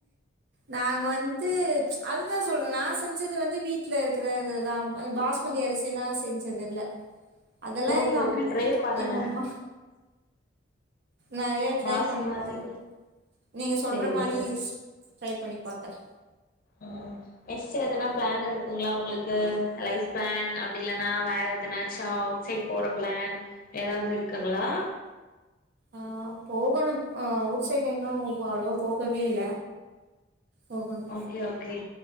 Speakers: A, on the right; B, on the left.
A: நாங்க வந்து ம்ச் அதுதா சொல்றே நா செஞ்சது வந்து வீட்டுல இருக்கிறது தா பாஸ் மதி அரிசி எல்லா செஞ்சது இல்ல அதெல்லா
B: ஓகே
A: எங்க அம்
B: ஓகே ட்ரை பண்ணுங்க
A: எங்க அம்மா நெறைய ட்ரை
B: பாஸ்மதி
A: பண்ணி பாக்கு நீங்க சொல்ற
B: சேரி
A: மாரி
B: சேரி
A: ஸ் ட்ரை பண்ணி பாக்குறே
B: ம் நெக்ஸ்ட்டு எதுனா பிளான் இருக்குங்களா உங்களுக்கு லைப் பிளான் அப்டி இல்னா வேற எது எதனாச்சா அவுட் சைட் போற பிளான் ஏதாவது இருக்குங்களா
A: ஆ போகணு அவுட் சைட் எங்கனா ஒவ் அவ்ளோவா போகவே இல்ல போகணு
B: ஓகே ஓகே